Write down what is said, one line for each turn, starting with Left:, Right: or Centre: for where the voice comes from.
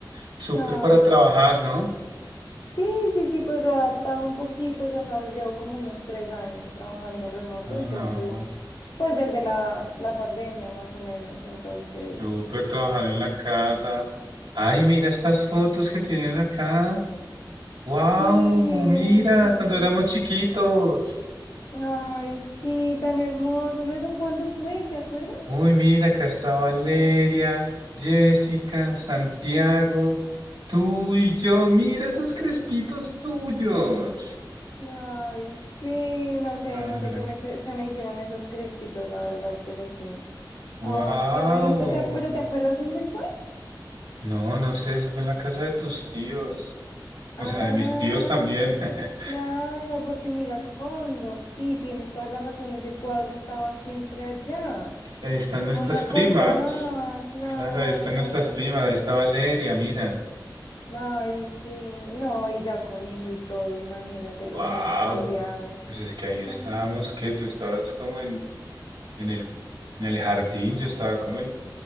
Right: Súper
Left: Ah,
Right: para trabajar, ¿no?
Left: sí, sí, sí, pues lo he adaptado un poquito, ya sabes, llevo como unos tres años trabajando remoto,
Right: Ah,
Left: entonces...
Right: no,
Left: Pues desde la, la pandemia más o menos, entonces,
Right: súper trabajar en la casa. Ay, mira estas fotos que tienen acá. ¡Wow!
Left: Sí,
Right: Mira,
Left: sí,
Right: cuando
Left: sí.
Right: éramos chiquitos.
Left: Ay, sí, tan hermoso. ¿No? ¿Eso cuándo fue? ¿Te acuerdas?
Right: Uy, mira, acá está Valeria, Jessica, Santiago, tú y yo. Mira esos crespitos tuyos.
Left: Ay, sí, no sé,
Right: Ay,
Left: no sé qué me, se se me hicieron esos crespitos, la verdad, pero sí.
Right: wow.
Left: Ay, qué bonito. ¿Te ac- ¿Pero te acuerdas dónde fue?
Right: No, no sé, eso fue en la casa de tus tíos.
Left: Ah,
Right: O sea, de mis tíos también. <laughs>
Left: claro, porque mira al fondo. Sí, tienes toda la razón. Ese cuadro estaba siempre allá.
Right: Ahí están nuestras
Left: No me acordaba,
Right: primas.
Left: claro.
Right: Claro, ahí están nuestras primas. Ahí está Valeria, mira.
Left: Ay, sí, no, y ya con hijo y todo, imagínate
Right: Wow.
Left: cómo hemos cambiado.
Right: Pues es que ahí estábamos,
Left: Mm.
Right: que tú estabas como en, en el, en el jardín, yo estaba como en